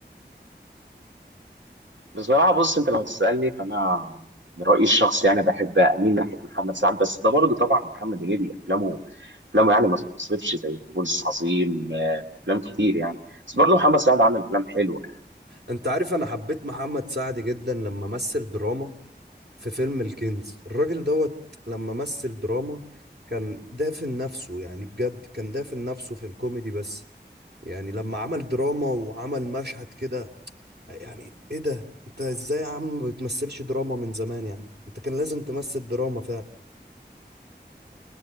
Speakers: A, on the right; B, on the right.
A: بصراحة بص أنت لو تسألني فأنا من رأيي الشخصي يعني بحب أميل ناحية محمد سعد بس ده برضه طبعا محمد هنيدي أفلامه أفلامه يعني ما تتوصفش زي فول الصين العظيم آه، أفلام كتير يعني بس برضه محمد سعد عمل أفلام حلوة يعني.
B: انت عارف انا حبيت محمد سعد جدا لما مثل دراما في فيلم الكنز الراجل دوت لما مثل دراما كان دافن نفسه يعني بجد كان دافن نفسه في الكوميدي بس يعني لما عمل دراما وعمل مشهد كده يعني ايه ده انت ازاي يا عم ما بتمثلش دراما من زمان يعني انت كان لازم تمثل دراما فعلا